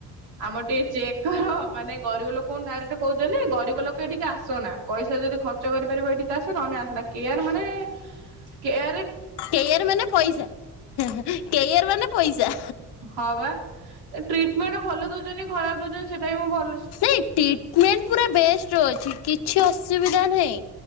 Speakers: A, on the right; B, on the left.
A: ଆମର ଟିକେ ଚେକ କର ମାନେ ଗରିବ ଲୋକ କଣ ଡାଇ କହୁଛନ୍ତି, ଗରିବ ଲୋକେଠିକି ଆସନା ପଇସା ଯଦି ଖର୍ଚ୍ଚ କରିପାରିବ ଏଠି ଆସ ନହେଲେ ଆସନା କେଆର ମାନେ କେୟାର
B: କେଆର ମାନେ ପଇସା କେଆର ମାନେ ପଇସା।
A: ହଁବା ଟ୍ରିଟମେଣ୍ଟ ଭଲ ଦଉଛନ୍ତି, ଖରାପ ଦଉଛନ୍ତି ସେଟା ବି ଭଲ।
B: ନାଇ ଟ୍ରିଟମେଣ୍ଟ ପୁରା ବେଷ୍ଟ ଅଛି କିଛି ଅସୁବିଧା ନାହିଁ।